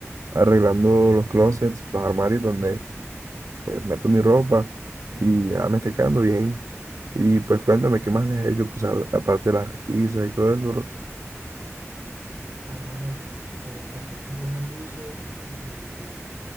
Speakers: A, on the right; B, on the right.
A: arreglando los closets, los armarios donde pues meto mi ropa y ya me está quedando bien. Y pues cuéntame, ¿qué más les he hecho? Pues a- aparte de las risas y todo eso, bro.
B: Ah, hermano, pues también compré unas luces y